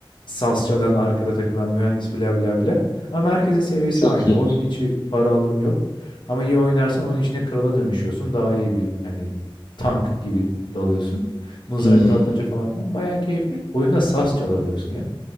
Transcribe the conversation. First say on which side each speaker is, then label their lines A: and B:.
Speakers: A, on the left; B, on the left.
A: saz çalan arkada takılan mühendis bla bla bla. Ama herkesin seviyesi
B: Çok
A: aynı.
B: iyi.
A: Oyun içi para alım yok. Ama iyi oynarsan oyun içine krala dönüşüyorsun. Daha iyi bir hani tank gibi dalıyorsun. Mızrak
B: Hmm.
A: fırlatmaca falan filan. Bayağı keyifli. Oyunda saz çalabiliyorsun ya.